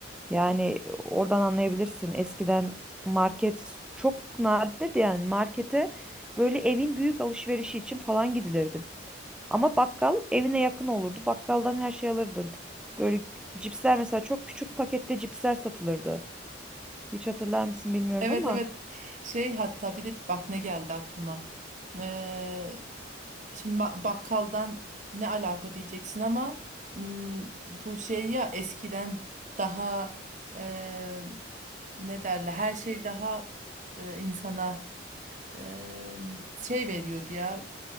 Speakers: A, in the centre; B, on the right.
A: Yani e, oradan anlayabilirsin. Eskiden market çok nadirdi yani markete böyle evin büyük alışverişi için falan gidilirdi. Ama bakkal evine yakın olurdu. Bakkaldan her şey alırdın. Böyle cipsler mesela çok küçük pakette cipsler satılırdı. Hiç hatırlar mısın bilmiyorum
B: Evet
A: ama
B: evet şey hatta bir de bak ne geldi aklıma. Ee, şimdi ba- bakkaldan ne alaka diyeceksin ama m, bu şey ya eskiden daha e, ne derler her şey daha e, insana Eee, şey veriyordu ya